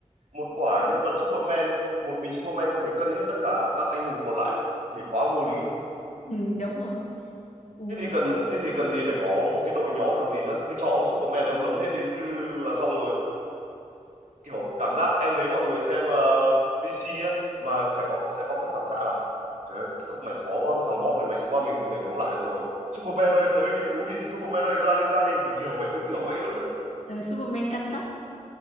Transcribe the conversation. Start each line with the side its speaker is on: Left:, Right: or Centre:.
Right: một quả nhân vật Superman một mình Superman có thể cân hết tất cả các anh hùng còn lại thì quá vô lý luôn
Left: ừ, đúng rồi ừ.
Right: thế thì cần thế thì cần gì phải có một cái đội nhóm làm gì nữa cứ cho ông Superman để ông đấm hết đi chứ là xong rồi kiểu cảm giác em thấy mọi người xem ờ, DC á mà sẽ có sẽ có cái phản xạ là trời ơi, cái khúc này khó quá cái thằng boss này mạnh quá mình không thể đấu lại được rồi Superman ơi tới đi cứu đi Superman ơi ra đi ra đi kiểu kiểu vậy đúng kiểu vậy luôn á
Left: ờ, Superman căn tấc